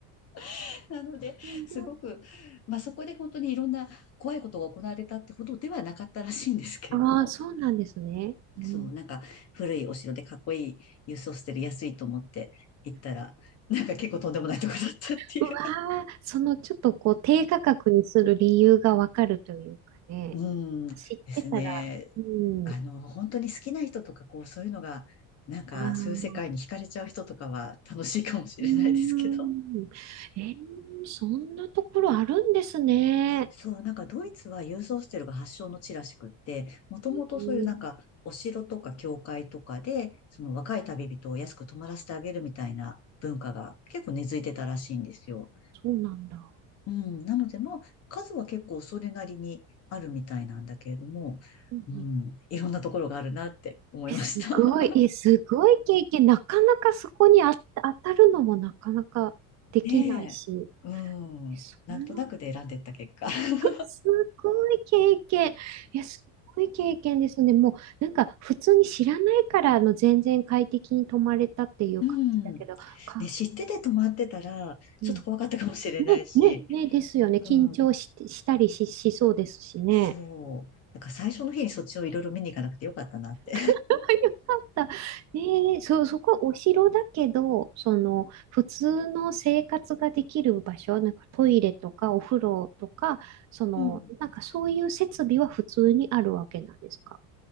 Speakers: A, on the left (about 40°); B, on the right (about 45°).
A: <laughs> なので、
B: すごい
A: すごく、まあそこで本当にいろんな怖いことが行われたってほどではなかったらしいんですけれども、
B: ああ、そうなんですね。うん
A: そう、なんか古いお城でかっこいい郵送してる安いと思って行ったら、なんか結構とんでもないとこだったっていう。
B: うわー、そのちょっとこう低価格にする理由がわかるというかね、
A: うん、ですね。
B: 知ってたら、うん、
A: あの、本当に好きな人とか、こう、そういうのが、なんか、
B: あー、
A: そういう世界に惹かれちゃう人とかは楽しいかもしれないですけど。
B: うーん、えー、そんなところあるんですね。
A: そう、なんかドイツはユースホステルが発祥の地らしくって、もともとそういうなんか、
B: えー
A: お城とか教会とかで、その若い旅人を安く泊まらせてあげるみたいな文化が結構根付いてたらしいんですよ。
B: そうなんだ。
A: うん、なので、まあ、数は結構それなりにあるみたいなんだけれども、
B: うんうん
A: うん、いろんなところがあるなって思いました。
B: え、すごい、え、すごい経験、なかなかそこにあ当たるのもなかなかできないし、
A: ねえ。うん。
B: そんな
A: なんとなくで選んでった結果。<laughs>
B: すごい経験。いや、すごい経験ですね。もう、なんか、普通に知らないから、あの、全然快適に泊まれたっていう感じだけど、
A: うん。
B: か、
A: ね、知ってて止まってたら、
B: うん。
A: ちょっと怖かったかもしれないし。
B: ね、ね、ね、ですよね。緊張し、
A: うん。
B: したりし、しそうですしね。
A: そう。なんか最初の日にそっちをいろいろ見に行かなくてよかったなって。
B: <laughs> よかった。えー、そ、そこはお城だけど、その、普通の生活ができる場所、なんかトイレとかお風呂とか、その、
A: うん。
B: なんかそういう設備は普通にあるわけなんですか